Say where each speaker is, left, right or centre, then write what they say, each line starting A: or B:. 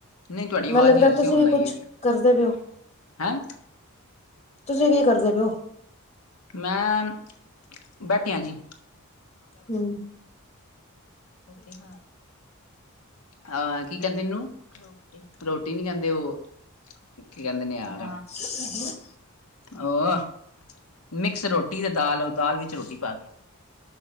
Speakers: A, on the left (about 85°); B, on the left (about 30°).
A: ਨਹੀਂ ਤੁਹਾਡੀ
B: ਮੈਂਨੂੰ
A: ਆਵਾਜ਼
B: ਲੱਗਦਾ
A: ਨੀ ਆ ਰਹੀ ਸੀ
B: ਤੁਸੀਂ
A: ਹੁਣ
B: ਵੀ
A: ਆਈ
B: ਕੁੱਛ
A: ਹੈ ਜੀ
B: ਕਰਦੇ ਪੇ ਓ।
A: ਹੈਂ।
B: ਤੁਸੀਂ ਕੀ ਕਰਦੇ ਪੇ ਔ।
A: ਮੈਂ, ਬੈਠਿਆਂ ਜੀ।
B: ਹੂੰ।
A: ਕੀ ਹਾਲ। ਹਾਂ ਕੀ ਕਹਿੰਦੇ ਏਨੂੰ, ਰੋਟੀ ਨੀ ਕਹਿੰਦੇ ਓ ਕੀ ਕਹਿੰਦੇ ਨੇ ਯਾਰ
B: <unintelligible>
A: ਉਹ ਅ ਮਿਕਸ ਰੋਟੀ ਤੇ ਦਾਲ, ਦਾਲ ਵਿੱਚ ਰੋਟੀ ਪਾ ਕੇ।